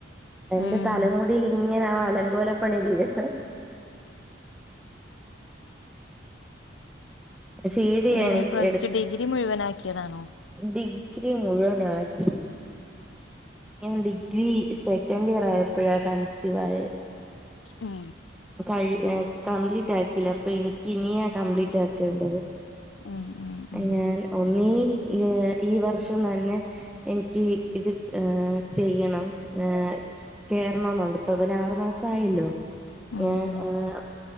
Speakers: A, in the centre; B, on the left (about 80°).
A: എന്റെ
B: ഉം
A: തലമുടിലിങ്ങനെ അവൻ അലങ്കോലപ്പണി ചെയ്യാ ഫീഡിയ്യാനെണീറ്റെട്ത്ത്
B: എങ്ങനെ പ്ലസ് ടു ഡിഗ്രി മുഴുവനാക്കിയതാണോ
A: ഡിഗ്രി മുഴുവനാക്കി ഞാൻ ഡിഗ്രി സെക്കൻഡ് ഇയർ ആയപ്പഴാ കൺസീവായെ
B: ഉം
A: കഴി ഏഹ് കംപ്ലീറ്റ് ആക്കീല്ലാ അപ്പൊ എനിക്ക് ഇനിയാ കംപ്ലീറ്റ് ആക്കേണ്ടത്
B: ഉം ഉം ഉം
A: ഞാൻ ഒന്നീ ഏഹ് ഈ വർഷം തന്നെ എനിക്ക് ഇത് ഏഹ് ചെയ്യണം ഏഹ് കേറണോന്നൊണ്ട് ഇപ്പൊ അവന് ആറു മാസായല്ലോ
B: ഉം
A: ഞാൻ
B: ഉം
A: ആഹ്